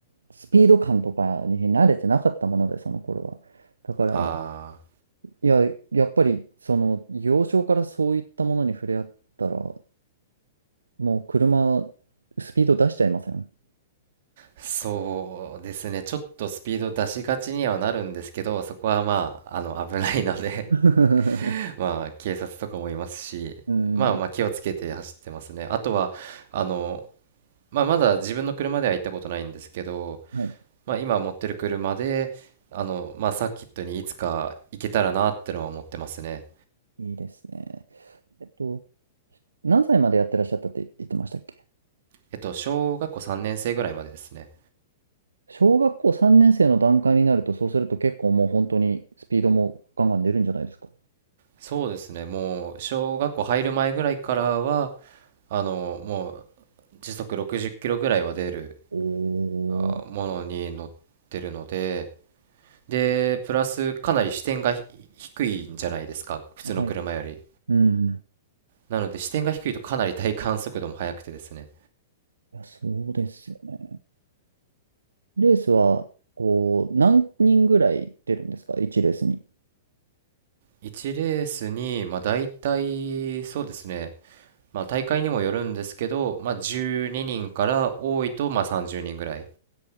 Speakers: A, on the right; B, on the right.
A: スピード感とかに慣れてなかったもので、その頃は。だから、
B: あ
A: いや、やっぱり、その、幼少からそういったものに触れ合ったら、もう車、スピード出しちゃいません。
B: あ、そうですね。ちょっとスピード出しがちにはなるんですけど、そこはまあ、あの、危ないので
A: <laughs>
B: <laughs> まあ、警察とかもいますし、
A: うん。
B: まあまあ、気をつけて走ってますね。あとは、あの、まあ、まだ自分の車では行ったことないんですけど、
A: はい。
B: まあ、今持ってる車で、あの、まあ、サーキットにいつか行けたらなってのは思ってますね。
A: いいですね。えっと、何歳までやってらっしゃったって言ってましたっけ
B: えっと、小学校3年生ぐらいまでですね。
A: 小学校3年生の段階になると、そうすると結構もう本当にスピードもガンガン出るんじゃないですか。
B: そうですね、もう小学校入る前ぐらいからは、あの、もう時速60キロぐらいは出る
A: お
B: あものに乗ってるので、
A: ー。
B: で、プラスかなり視点がひ低いんじゃないですか、普通の車より。
A: はい。うん。
B: なので視点が低いとかなり体感速度も速くてですね。
A: いや、そうですよね。レースは、こう、何人ぐらい出るんですか ?1 レースに。
B: 1レースに、まあ大体、そうですね、まあ大会にもよるんですけど、まあ12人から多いとまあ30人ぐらい。